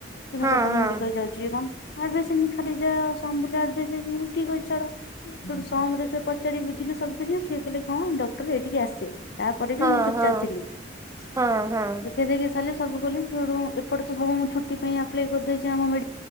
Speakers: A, on the left (about 60°); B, on the right (about 15°).
A: କି ମୁଁ
B: ହଁ
A: କଟକ
B: ହଁ
A: ମେଡିକାଲ ଯାଉଛି କି କଣ ଆଡମିସନ ଖାଲି ଯା ସମ୍ ବୁଲି <unintelligible> ମୁଁ କହିଲି ଠିକ୍ ଅଛି ଛାଡ଼ ୁ ସମ ରେ ତ ପଚାରି ବୁଝିଲୁ ସବୁ କି ସିଏ କହିଲେ ହଁ ଡକ୍ଟର ଏଇଠିକି ଆସିବେ ତା'ପରେ
B: ହଁ
A: ବି ମୁଁ ଚୁପ୍
B: ହଁ
A: ଚାପ୍ ଥିଲି।
B: ହଁ ହଁ
A: ସେ ଦେକିକି ସବୁ କଲି, ଏପଟେ ତ ସବୁ ମୁଁ ଛୁଟି ପାଇଁ ଆପ୍ଲାଏ କର୍ ଦେଇଚି। ଆମ ମେ